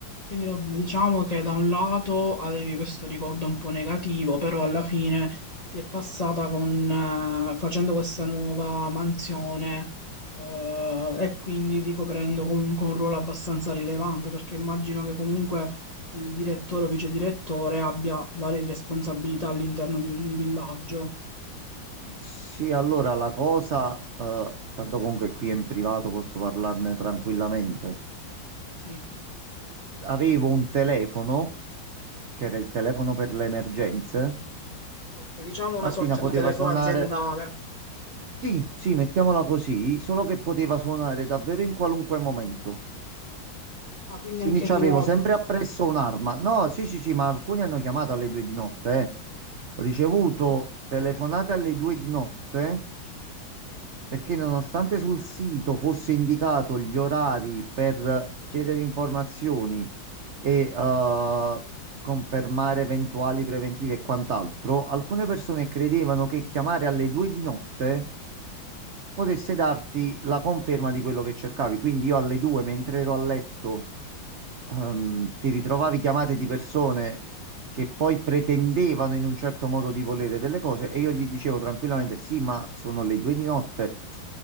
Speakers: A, on the left (about 30°); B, on the right (about 65°).
A: Quindi vabbè, diciamo che da un lato avevi questo ricordo un po' negativo, però alla fine ti è passata con, eh, facendo questa nuova mansione, eh, e quindi ricoprendo comunque un ruolo abbastanza rilevante, perché immagino che comunque il direttore o vice direttore abbia varie responsabilità all'interno di un villaggio.
B: Sì, allora la cosa, eh, tanto comunque qui in privato posso parlarne tranquillamente.
A: Sì.
B: Avevo un telefono, che era il telefono per le emergenze.
A: Ok, diciamo una
B: Martina
A: sorta
B: poteva
A: di telefono
B: suonare,
A: aziendale.
B: sì, sì, mettiamola così, solo che poteva suonare davvero in qualunque momento.
A: Ah, quindi
B: Quindi
A: anche
B: c'avevo
A: di notte.
B: sempre appresso un'arma. No, sì, sì, sì, ma alcuni hanno chiamato alle due di notte. eh. Ho ricevuto
A: Madonna,
B: telefonate alle due di notte perché
A: Sì.
B: nonostante sul sito fosse indicato gli orari per chiedere informazioni e eh, confermare eventuali preventivi e quant'altro, alcune persone credevano che chiamare alle due di notte potesse darti la conferma di quello che cercavi. Quindi io alle due, mentre ero a letto, ehm, ti ritrovavi chiamate di persone che poi pretendevano in un certo modo di volere delle cose e io gli dicevo tranquillamente: Sì, ma sono le due di notte.